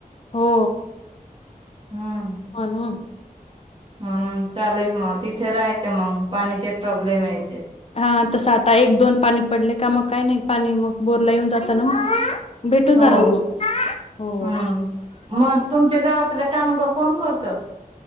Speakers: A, on the left; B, on the right.
A: हो
B: हम्म
A: हो ना
B: म्हणून चालेल मग तिथे राहायचं मग पाणीचे प्रॉब्लेम येत
A: हा तसं आता एक दोन पाणी पडले का मग काही नाही पाणी मग बोरला येऊन जाता ना मग भेटून
B: हो
A: जाल मग हो
B: हम्म मग तुमच्या गावातले कामग कोण करतं